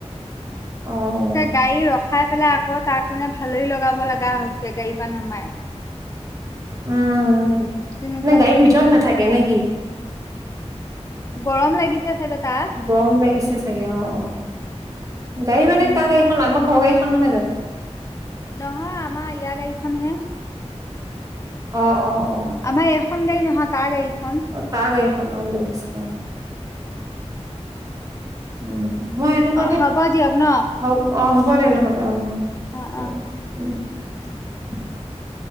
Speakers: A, on the right; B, on the left.
A: অ উম
B: একে গাড়ী ৰখাই পেলাই আকৌ তাক মানে ভালৰি লগাব লগা হৈছে গাড়ীৰ পৰা নমাই।
A: উম,
B: তেনেকুৱা
A: নে গাড়ীৰ
B: নিচিনা
A: ভিতৰত নাথাকে নে কি?
B: গৰম লাগিছে চাগে তাৰ
A: গৰম লাগিছে চাগে অ', অ'। গাড়ী মানে
B: উম
A: কাৰ গাড়ীখন আমাৰ ঘৰ গাড়ীখন নহয় জানো?
B: নহয় আমাৰ ইয়াৰ গাড়ী খন হে।
A: অ', অ', অ'।
B: আমাৰ এখন গাড়ী নহয় তাৰ গাড়ীখন।
A: অ', তাৰ গাড়ী খন অ', লৈ গৈছিল অ'। উম, মই সেইটো কাৰণে
B: অ হ'ব দিয়ক ন
A: হ অ', হ'ব দে নহ'লে অ'।
B: অ'
A: হ'ব
B: অ'।
A: দে <inaudible>